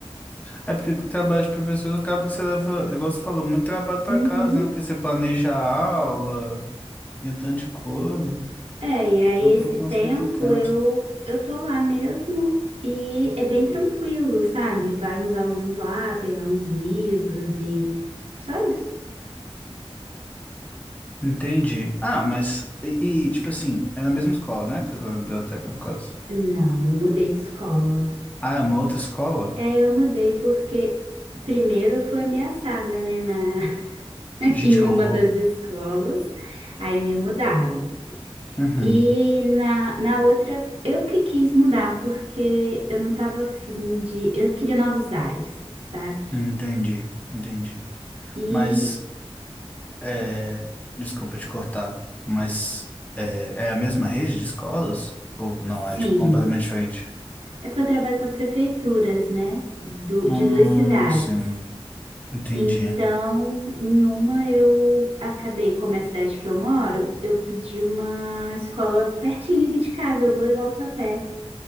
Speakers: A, on the left; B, on the right.
A: É porque o trabalho de professor acaba que você leva, igual você falou, muito trabalho pra
B: Uhum.
A: casa, né? Porque você planeja a aula e um tanto de coisa.
B: É, e aí
A: Então é um
B: esse
A: pouco
B: tempo
A: mais complicado.
B: eu eu tô lá mesmo e é bem tranquilo, sabe? Vai uns alunos lá pegar uns livros e só isso.
A: Entendi. Ah, mas. E, e, tipo assim, é na mesma escola, né? Que você tá na biblioteca, no caso.
B: Não, eu mudei de escola.
A: Ah, é uma outra escola?
B: É, eu mudei porque primeiro eu fui ameaçada, né, na <laughs>
A: Gente,
B: em
A: que
B: uma
A: horror.
B: das escolas. Aí me mudaram.
A: Uhum.
B: E na, na outra eu que quis mudar porque eu não tava afim de, eu queria novos ares, sabe?
A: Entendi, entendi.
B: E
A: Mas, é... desculpa te cortar, mas é... é a mesma rede de escolas? Ou não? É,
B: Sim,
A: tipo, completamente diferente?
B: é porque eu trabalho para prefeituras, né? Do,
A: Hum,
B: de duas cidades.
A: sim. Entendi.
B: Então, em uma eu acabei, como é a cidade que eu moro, eu pedi uma escola pertinho aqui de casa. Eu vou e volto a pé.